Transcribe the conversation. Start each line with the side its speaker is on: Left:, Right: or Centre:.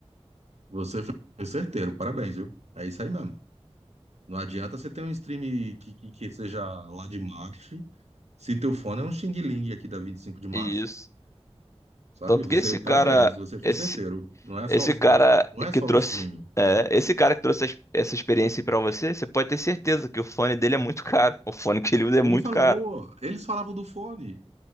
Right: você foi certeiro, parabéns, viu? É isso aí mesmo. Não adianta você ter um stream que, que, que seja lá de marketing, se teu fone é um Xing Ling aqui da 25 de março,
Left: Isso.
Right: sabe?
Left: Tanto
Right: Você,
Left: que esse
Right: parabéns,
Left: cara,
Right: você
Left: esse,
Right: foi certeiro. Não é
Left: esse
Right: só, os-
Left: cara
Right: não, não é só
Left: que trouxe,
Right: o streaming.
Left: é, esse cara que trouxe as- essa experiência para você, você pode ter certeza que o fone dele é muito caro. O fone que ele usa
Right: Ele
Left: é muito
Right: falou,
Left: caro.
Right: eles falavam do fone.